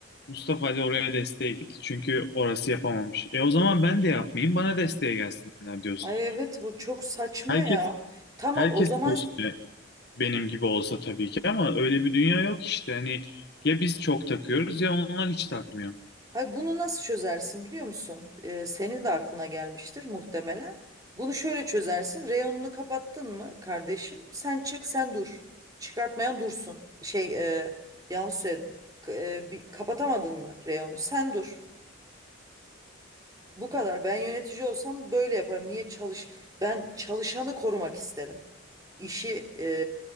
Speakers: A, on the left; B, on the right.
A: Mustafa hadi oraya desteğe git. Çünkü orası yapamamış. E o zaman ben de yapmayayım. Bana desteğe gelsinler diyorsun.
B: Ay evet bu çok saçma
A: Herkes
B: ya. Tamam
A: herkes
B: o zaman
A: keşke benim gibi olsa tabii ki ama öyle bir dünya yok işte. Hani ya biz çok takıyoruz ya onlar hiç takmıyor.
B: Hayır, bunu nasıl çözersin biliyor musun? Ee, senin de aklına gelmiştir muhtemelen. Bunu şöyle çözersin. Reyonunu kapattın mı kardeşim? Sen çık, sen dur. Çıkartmayan dursun. Şey, e, yanlış söyledim. K- e, bir, kapatamadın mı reyonu? Sen dur. Bu kadar. Ben yönetici olsam böyle yaparım. Niye çalış? Ben çalışanı korumak isterim. İşi e,